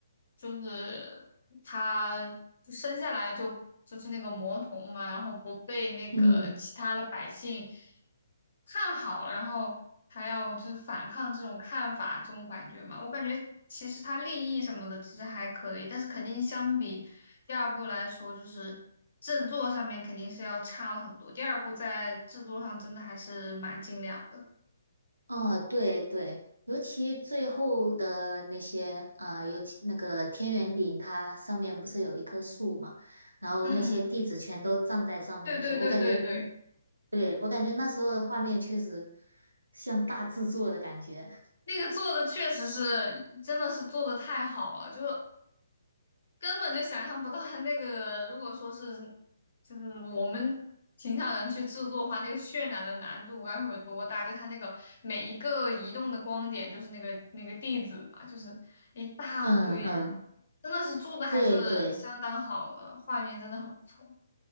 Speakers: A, on the left; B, on the right.
A: 就是他就生下来就就是那个魔童嘛，然后不被那个其他的百姓。
B: 嗯
A: 看好，然后还要就是反抗这种看法，这种感觉嘛。我感觉其实它利益什么的其实还可以，但是肯定相比第二部来说，就是制作上面肯定是要差了很多。第二部在制作上真的还是蛮精良的。
B: 啊，对对，尤其最后的那些，啊，尤其那个天元顶，它上面不是有一棵树嘛，然后那些弟子全都站在上面的时候，
A: 嗯嗯，对对对对对，
B: 我感觉对，我感觉那时候的画面确实像大制作的感觉。<laughs>
A: 那个做的确实是真的是做的太好了，就是根本就想象不到他那个，如果说是就是我们平常人去制作的话，那个渲染的难度该会有多大？就他那个每一个移动的光点，就是那个那个地址嘛，就是一大堆人，
B: 嗯嗯，
A: 真的是做的还是相当好的，
B: 对对
A: 画面真的很不错。